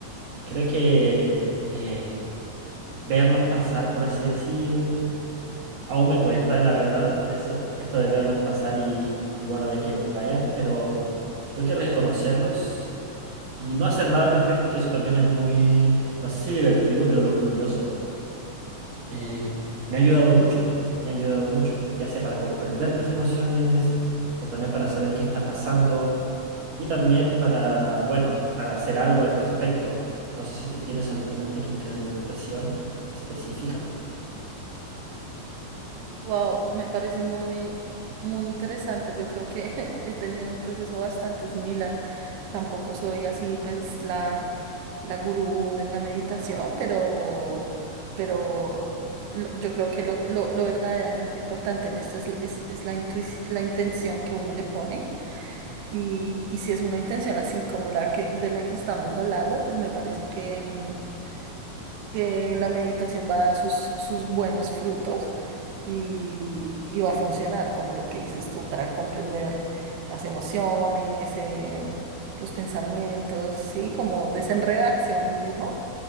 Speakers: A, on the right; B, on the right.
A: Creo que eh, verlos pasar, por así decir, aún me cuesta, la verdad, eso- esto de verlos pasar y, y bueno, de que vayan, pero creo que reconocerlos y no hacer nada al respecto, que eso también es muy, no sé si divertido, pero lo curioso. eh, me ha ayudado mucho, me ha ayudado mucho, ya sea para comprender mis emociones o también para saber qué está pasando y también para, bueno, para hacer algo al respecto. No sé si tú tienes alguna técnica de meditación específica.
B: Wow, me parece muy, muy interesante. Yo creo que <laughs> he tenido un proceso bastante similar. Tampoco soy así, pues, la la gurú de la meditación, pero, pero lo- yo creo que lo, lo- lo verdaderamente importante en esto es, es, es la intuici- la intención que uno le pone y, y si es una intención así como la que, de la que estamos hablando, pues me parece que, mm, que la meditación va a dar sus, sus buenos frutos y, y va a funcionar, como lo que dices tú, para comprender las emociones, eh, los pensamientos, ¿sí? Como desenredarse a uno mismo.